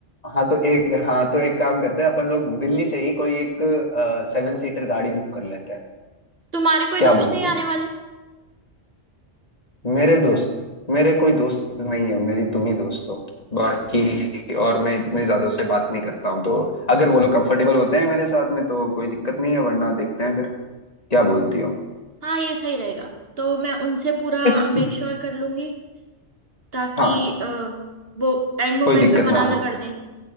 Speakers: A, on the left; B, on the right.
A: हाँ तो एक हाँ तो एक काम करते हैं अपन लोग दिल्ली से ही कोई एक सेवन सीटर गाड़ी बुक कर लेते हैं
B: <laughs> तुम्हारे कोई
A: क्या
B: दोस्त
A: बोलती
B: नहीं
A: हो
B: आने वाले
A: मेरे दोस्त मेरे कोई दोस्त नहीं है मेरी तुम ही दोस्त हो बाकी और मैं इतने ज्यादा से बात नहीं करता हूँ तो अगर वो लोग कंफर्टेबल होते हैं मेरे साथ में तो कोई दिक्कत नहीं है वरना देखते हैं फिर क्या बोलती हो
B: हाँ ये सही रहेगा तो मैं उनसे पूरा
A: <laughs>
B: मेक श्योर कर लूंगी ताकि
A: हाँ
B: अ, वो एंड मोमेंट
A: कोई दिक्कत
B: पे मना
A: ना
B: ना
A: हो
B: कर दें